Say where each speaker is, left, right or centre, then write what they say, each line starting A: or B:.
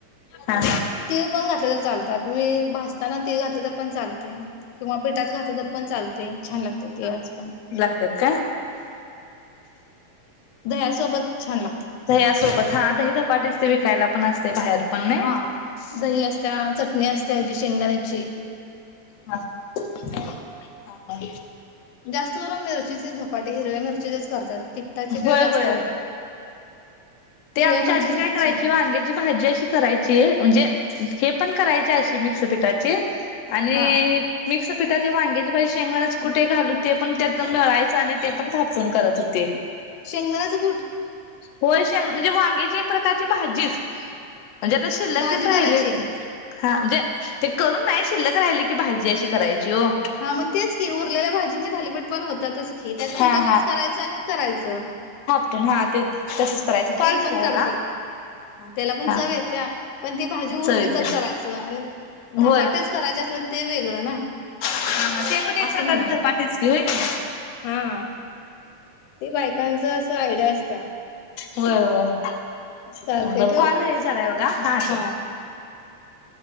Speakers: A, on the left; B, on the left.
A: हा हा
B: टीव पण घातलं तर चालत आता तुम्ही भजताना ते घातले तर पण चालते किंवा पेटात घात तर पण चालते छान लागते ते
A: हा
B: आज
A: लागतात का
B: दह्यासोबत छान लागते
A: दह्यासोबत हा दही दपाटीस ते विकायला पण असते बाहेर पण नाही
B: हा दही असत्या चटणी असत्या जी शेंगाण्याची
A: हा हा हा
B: जास्त करून मिरचीचेच झधपाटे हिरव्या मिरचीचेच करतात तित्ताचे काय
A: होय
B: जास्त
A: होय
B: होत नाही
A: ते
B: हिरव्या
A: आमच्या
B: मिरचीचे
A: आजी काय करायची
B: छान लागतात
A: वांग्याची भाजी अशी करायची म्हणजे हे पण करायचे अशी मिक्स पीठाची आणि
B: हा
A: मिक्स पीठात हे वांग्याची भाजी शेंगणाच कुठे घालून ते पण त्यातन मिळायचं आणि ते पण थापून करत होते
B: शेंगदाारचं गुठ
A: होयशा म्हणजे वांगेची एक प्रकारची भाजीच म्हणजे आता शिल्लक
B: भाजी
A: तन राहिले
B: करायची
A: हा म्हणजे ते करून नाही शिल्लक राहिले की भाजी अशी करायची ओ.
B: हा मग तेच की उरलेल्या भाजींचे थालीपीठ पण होतातच की त्यात पीठं
A: हा
B: मिक्स करायचं आणि करायचं च
A: पण हा ते तसंच
B: हा
A: करायचं कॉल
B: ते
A: झालाय
B: पण करतात
A: बघा
B: त्याला पण
A: हा
B: चव येत त्या पण ती भाजी उरली
A: चव येत्या.
B: तर करायचं आणि धपाटेच
A: होय.
B: करायचे अस ते वेगळं ना
A: हा हा. ते पण एक
B: असं
A: प्रकारच
B: म्हणाले
A: धपाटेच की होय कणी.
B: हा ते बायकांच अस आयडिया असत
A: होय वय
B: चालतंय ठेवू?
A: कॉल हे झा का का
B: हां.